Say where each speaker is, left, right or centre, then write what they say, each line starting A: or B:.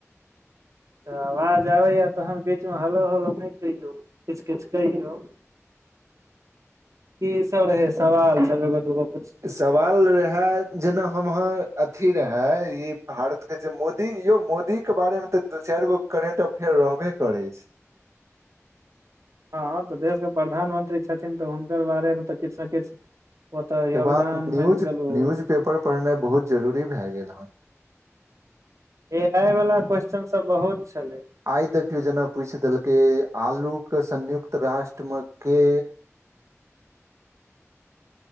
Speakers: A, on the right; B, on the right.
A: तऽ आवाज आबैया तहन बीचमे हलो हलो नहि कहियौ किछ किछ कहियौ <inaudible> की सब रहे सवाल सब एगो दूगो पुछ
B: सवाल रहए जेना हम अहाँ अथी रहे ई भारत के जे मोदी यौ मोदी के बारे मे तऽ दू चार गो करेंट अफेयर रहबे करै छै
A: हँ तऽ देश के प्रधानमंत्री छथिन तऽ हुनकर बारेमे तऽ किछ ने किछ ओतऽ
B: तकर
A: योगदान
B: बाद न्यूज
A: मान क चलू
B: न्यूज पेपर पढ़नाइ बहुत जरूरी भै गेल हेन
A: ए आइ वालला क्वेश्चन सब बहुत छलै
B: आइ देखियौ जेना पूछि देलकै आलू के संयुक्त राष्ट्रमे के